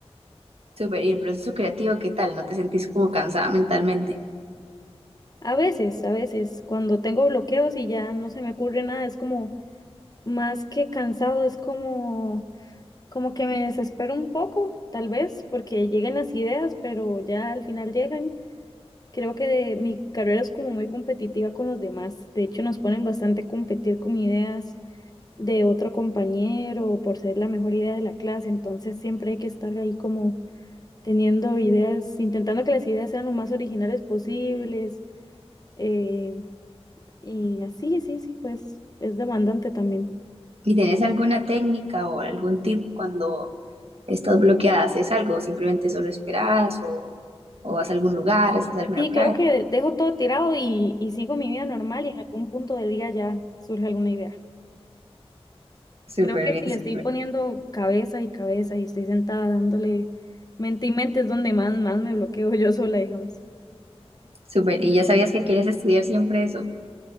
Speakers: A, on the right (about 65°); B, on the left (about 35°).
A: Súper, ¿y el proceso creativo qué tal? ¿No te sentís como cansada mentalmente?
B: A veces, a veces, cuando tengo bloqueos y ya no se me ocurre nada, es como más que cansado, es como Como que me desespero un poco, tal vez, porque llegan las ideas, pero ya al final llegan. Creo que mi carrera es como muy competitiva con los demás. De hecho, nos ponen bastante a competir con ideas de otro compañero o por ser la mejor idea de la clase. Entonces, siempre hay que estar ahí como teniendo ideas, intentando que las ideas sean lo más originales posibles. eh, y así, sí, sí, pues es demandante también.
A: ¿Y tenés alguna técnica o algún tip cuando estás bloqueada? ¿Haces algo? ¿Simplemente solo esperas o, o vas a algún lugar? ¿Haces alguna
B: Sí,
A: práctica?
B: creo que dejo todo tirado y, y sigo mi vida normal y en algún punto del día ya surge alguna idea.
A: Súper
B: Creo que
A: bien,
B: si
A: súper,
B: le estoy poniendo cabeza y cabeza y estoy sentada dándole mente y mente es donde más, más me bloqueo <laughs> yo sola, digamos.
A: súper. ¿Y ya sabías que querías estudiar siempre eso?